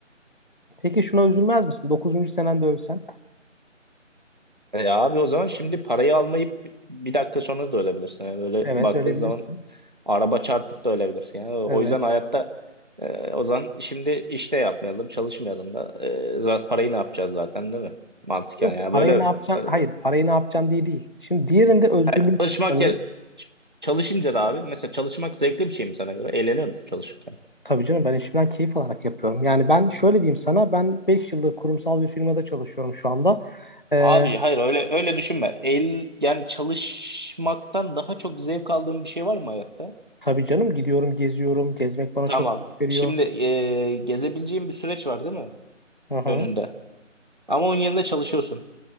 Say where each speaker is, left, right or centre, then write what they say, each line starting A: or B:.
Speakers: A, on the left (about 40°); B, on the right (about 40°).
A: Peki şuna üzülmez misin? 9. senende ölsen.
B: E abi o zaman şimdi parayı almayıp bir dakika sonra da ölebilirsin. Yani öyle
A: Evet,
B: baktığın
A: ölebilirsin.
B: zaman araba çarpıp da ölebilirsin. Yani o
A: Evet.
B: yüzden hayatta e, o zaman şimdi işte yapmayalım, çalışmayalım da e, za- parayı ne yapacağız zaten değil mi? Mantıken
A: Yok,
B: ya
A: parayı
B: böyle
A: ne yapacaksın?
B: e,
A: Hayır, parayı ne yapacaksın diye değil. Şimdi diğerinde özgürlüğün
B: Ha,
A: kısıtlanıyor.
B: çalışmak yer- çalışınca da abi mesela çalışmak zevkli bir şey mi sana göre? Eğleniyor musun çalışırken?
A: Tabii canım ben işimden keyif alarak yapıyorum. Yani ben şöyle diyeyim sana ben 5 yıllık kurumsal bir firmada çalışıyorum şu anda. Ee,
B: Abi hayır öyle öyle düşünme. El, yani çalışmaktan daha çok zevk aldığın bir şey var mı hayatta?
A: tabii canım gidiyorum geziyorum. Gezmek bana
B: Tamam.
A: çok keyif veriyor.
B: Şimdi e, gezebileceğin bir süreç var değil mi
A: Hı hı.
B: önünde? Ama onun yerine çalışıyorsun.